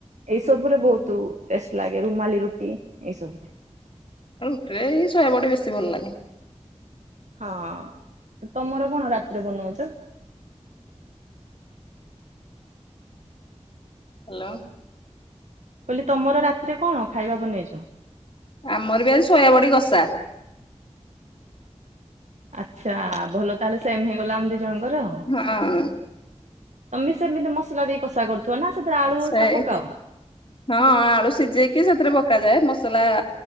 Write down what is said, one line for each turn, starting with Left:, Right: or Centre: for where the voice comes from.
Right: ଏଇ ସବୁରେ ବହୁତ୍ ଉଁ ଟେଷ୍ଟ ଲାଗେ ରୁମାଲି ରୁଟି ଏଇ ସବୁ
Left: ରୁଟିରେ ଏଇ ଶୋୟା ବଡ଼ି ବେଶୀ ଭଲ ଲାଗେ
Right: ହଁ ତମର କଣ ରାତିରେ ବନେଉଚ
Left: ହ୍ୟାଲୋ
Right: କହିଲି ତମର ରାତିରେ କଣ ଖାଇବା ବନେଇଚ
Left: ଆମର ବି ଆଜି ଶୋୟା ବଡି କସା
Right: ଆଚ୍ଛା ଭଲ ତାହେଲେ ସେମ ହେଇଗଲାମ ଆମ ଦିଇ ଜଣଙ୍କର।
Left: ହଁ
Right: ତମେ ସେମିତି ମସଲା ଦେଇକି କଷା କରୁଥିବ ନାଁ ସେଥିରେ ଆଳୁ
Left: ସେଇ
Right: ଏକା ପକାଅ
Left: ହଁ ଆଳୁ ସିଝେଇକି ସେଥିରେ ପକାଯାଏ ମସଲା